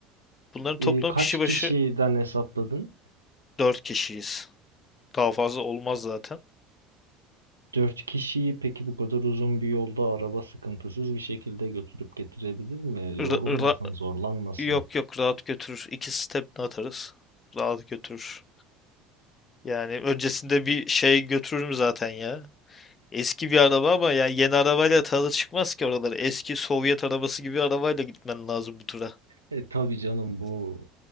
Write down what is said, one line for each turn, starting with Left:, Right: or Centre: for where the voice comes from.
Left: Bunların toplam
Right: Ee, kaç
Left: kişi başı
Right: kişiden hesapladın?
Left: 4 kişiyiz. Daha fazla olmaz zaten.
Right: Dört kişiyi peki bu kadar uzun bir yolda araba sıkıntısız bir şekilde götürüp getirebilir mi? Yorulmasın,
Left: Ra- ra-
Right: zorlanmasın.
Left: yok yok rahat götürür. İki step atarız. Rahat götürür. Yani öncesinde bir şey götürürüm zaten ya. Eski bir araba ama yani yeni arabayla tadı çıkmaz ki oraları. Eski Sovyet arabası gibi arabayla gitmen lazım bu tura.
Right: E tabii canım bu